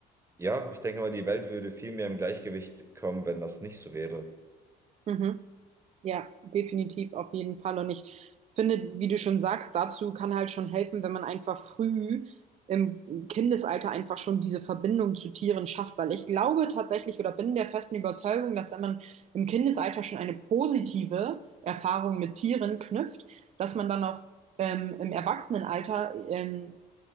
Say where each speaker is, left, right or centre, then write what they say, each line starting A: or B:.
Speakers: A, on the right (about 15°); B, on the right (about 40°).
A: ja, ich denke mal, die Welt würde viel mehr im Gleichgewicht kommen, wenn das nicht so wäre.
B: mhm. Ja, definitiv, auf jeden Fall. Und ich finde, wie du schon sagst, dazu kann halt schon helfen, wenn man einfach früh im Kindesalter einfach schon diese Verbindung zu Tieren schafft, weil ich glaube tatsächlich oder bin der festen Überzeugung, dass wenn man im Kindesalter schon eine positive Erfahrung mit Tieren knüpft, dass man dann auch ähm, im Erwachsenenalter ähm,